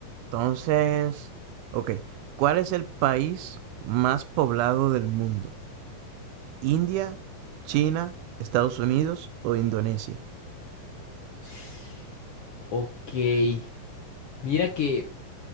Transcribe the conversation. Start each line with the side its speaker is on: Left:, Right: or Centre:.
Right: Entonces, ok, ¿cuál es el país más poblado del mundo? ¿India, China, Estados Unidos o Indonesia?
Left: <sighs> Ok, mira que